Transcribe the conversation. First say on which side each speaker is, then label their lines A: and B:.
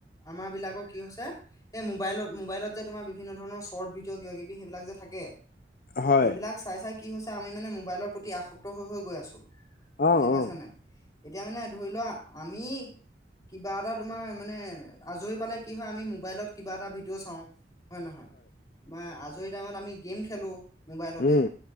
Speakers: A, on the left; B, on the left.
A: আমাৰ বিলাকৰ কি হৈছে এই মোবাইলত মোবাইলত যে তোমাৰ বিভিন্ন ধৰণৰ শৰ্ট ভিডিঅ' কিবা কিবি সেইবিলাক যে থাকে
B: হয়।
A: সেইবিলাক চাই চাই কি হৈছে আমি মানে মোবাইলৰ প্ৰতি আসক্ত হৈ হৈ গৈ আছো
B: অ
A: বুজি পাইছ
B: অ
A: নে নাই? এতিয়া মানে ধৰি লোৱা আমি কিবা এটা তোমাৰ মানে আজৰি পালে কি হয়, আমি মোবাইলত কিবা এটা ভিডিঅ' চাওঁ। হয় নে নহয়? তোমাৰ আজৰি টাইমত আমি গেম খেলো মোবাইলতে।
B: উম